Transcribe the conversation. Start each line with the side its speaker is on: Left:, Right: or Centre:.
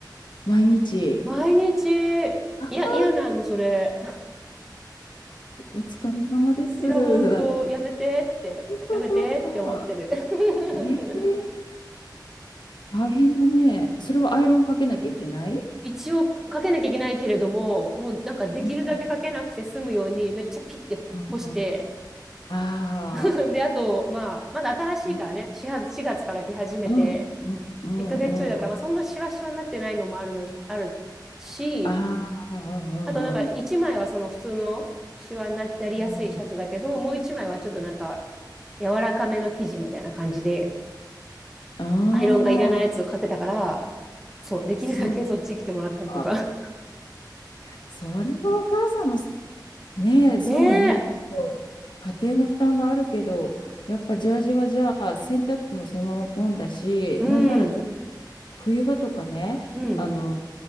Left: 毎日。
Centre: 毎日、
Left: あ
Centre: いや、嫌なんそれ。
Left: お疲れ様です。
Centre: いや、ほんと、
Left: だね
Centre: やめてって、
Left: そっかそっか。
Centre: やめてって思ってる。<laughs>
Left: えー、大変だね。それはアイロンかけなきゃいけない
Centre: 一応、かけなきゃいけないけれども、もうなんかできるだけかけなくて済むように、
Left: うん
Centre: めっちゃピッてほ干して、
Left: うんうん。ああ、
Centre: <laughs> で、あと、まあ、まだ新しいからね、
Left: ね。
Centre: 4月、4月から来始めて、
Left: うんうんうんうん。
Centre: 1ヶ月ちょいだから、まあ、そんなシワシワになってないのもあるの、あるし、
Left: ああ、うんうん
Centre: あとなんか、1枚はその普通のシワになりやすいシャツだけど、
Left: うん
Centre: もう1枚はちょっとなんか、柔らかめの生地みたいな感じで、
Left: ああー、
Centre: アイロンがいらないやつを買ってたから、そう、できるだけそっち来てもらったりとか。
Left: そうか。
Centre: <laughs>
Left: それはお母さんも、ねえ、そうね。
Centre: ねえ。
Left: ちょっと家庭の負担があるけど、やっぱジャージはじゃあ、洗濯機もそのままポンだし、
Centre: うん。
Left: なんならちょっと冬場とかね、
Centre: うん。
Left: あの、